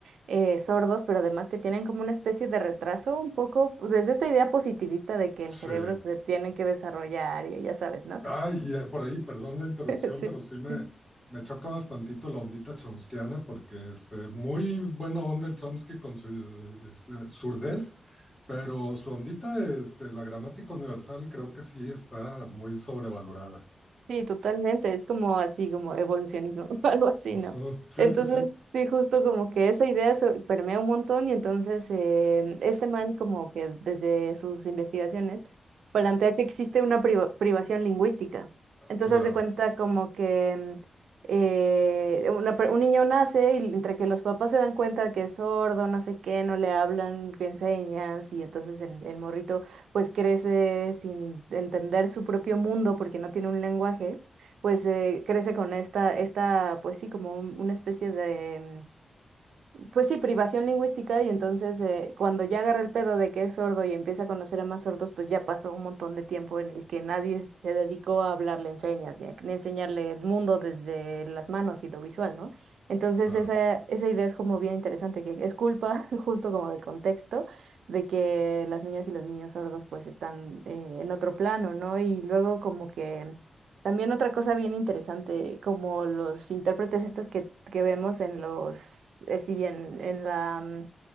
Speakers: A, on the right; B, in the centre.
A: eh, sordos, pero además que tienen como una especie de retraso un poco, pues, desde esta idea positivista de que el
B: Sí.
A: cerebro se tiene que desarrollar y ya sabes, ¿no?
B: Ay, y eh, por ahí, perdón la interrupción,
A: <laughs> Sí,
B: pero sí me,
A: sí, sí.
B: me choca bastantito la ondita chomskiana, porque este, muy buena onda el Chomsky con su eh, este, surdez, pero su ondita, este, la gramática universal, creo que sí está muy sobrevalorada.
A: Sí, totalmente, es como así, como evolucionismo, <laughs> algo así,
B: Ujú,
A: ¿no?
B: Sí,
A: Entonces,
B: sí, sí,
A: sí, justo como que esa idea se permea un montón y entonces eh, este man como que desde sus investigaciones plantea que existe una priva- privación lingüística. Entonces,
B: claro,
A: hace cuenta como que eh, una per- un niño nace y entre que los papás se dan cuenta que es sordo, no sé qué, no le hablan, que enseñas y entonces el, el morrito pues crece sin entender su propio mundo porque no tiene un lenguaje, pues eh, crece con esta, esta, pues sí, como un- una especie de pues sí, privación lingüística y entonces eh, cuando ya agarra el pedo de que es sordo y empieza a conocer a más sordos, pues ya pasó un montón de tiempo en el que nadie se dedicó a hablarle en señas, ni a ni a enseñarle el mundo desde las manos y lo visual, ¿no? Entonces
B: claro.
A: esa, esa idea es como bien interesante, que es culpa <laughs> justo como del contexto de que las niñas y los niños sordos pues están eh, en otro plano, ¿no? Y luego como que... También otra cosa bien interesante, como los intérpretes estos que, que vemos en los, eh, sí, en, en la, mm,